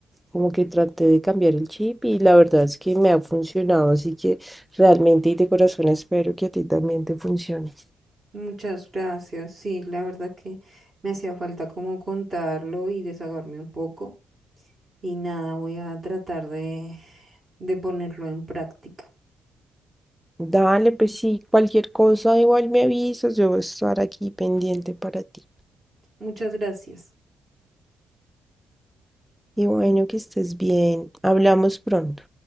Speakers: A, in the centre; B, on the right.
A: como que traté de cambiar el chip y la verdad es que me ha funcionado, así que realmente y de corazón espero que a ti también te funcione.
B: Muchas gracias, sí, la verdad que me hacía falta como contarlo y desahogarme un poco y nada, voy a tratar de, de ponerlo en práctica.
A: Dale, pues sí, cualquier cosa igual me avisas, yo voy a estar aquí pendiente para ti.
B: Muchas gracias.
A: Y bueno, que estés bien. Hablamos pronto.